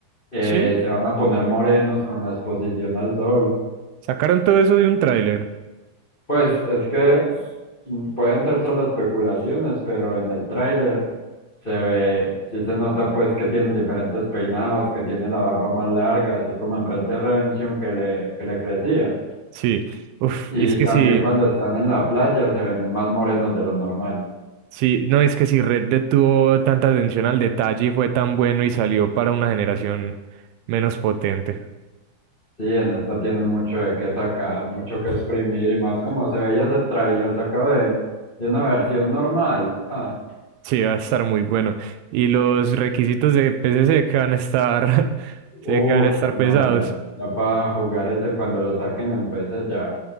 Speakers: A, on the left; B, on the right.
A: eh,
B: Sí,
A: se van a poner morenos con la exposición al sol.
B: sacaron todo eso de un tráiler.
A: Pues es que mm, pueden ser solo especulaciones, pero en el tráiler se ve, sí se nota pues que tienen diferentes peinados, que tiene la barba más larga, así como en Red Dead Redemption que le, que le crecía.
B: Sí, uf,
A: Y
B: y es que
A: también
B: sí.
A: cuando están en la playa se ven más morenos de lo normal.
B: Sí, no, es que si Red Dead tuvo tanta atención al detalle y fue tan bueno y salió para una generación menos potente.
A: Sí, en esta tienen mucho de qué sacar, mucho que exprimir y más como se veía ese tráiler sacado de, de una versión normal. ja.
B: Sí, va a estar muy bueno. Y los requisitos de PC se que van a estar, <laughs> se
A: Uf,
B: que van a estar
A: no,
B: pesados.
A: ya, ya para jugar ese cuando lo saquen en PC ya.